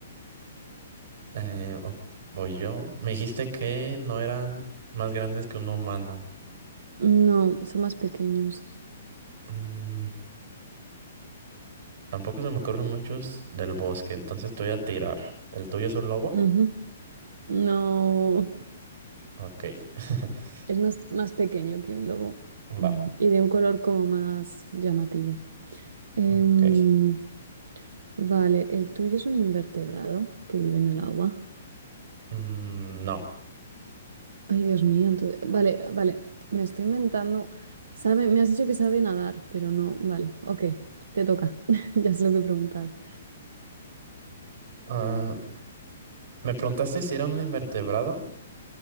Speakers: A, on the right (about 45°); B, on the right (about 70°).
A: Eh, o- voy yo. Me dijiste que no eran más grandes que un humano.
B: No, son más pequeños.
A: Mm, tampoco se me ocurren muchos del bosque, entonces te voy a tirar. ¿El tuyo es un lobo?
B: Ujú. No,
A: Ok. <laughs>
B: es más, más pequeño que un lobo.
A: Va.
B: Mm, Y de un color como más llamativo. Em,
A: Ok.
B: Vale, el tuyo es un invertebrado que vive en el agua.
A: Mm, no.
B: Ay, Dios mío, entonces... Vale, vale, me estoy inventando. Sabe, me has dicho que sabe nadar, pero no... Vale, ok, te toca. <laughs> Ya sé lo que preguntar.
A: Ah, me preguntaste si era un invertebrado.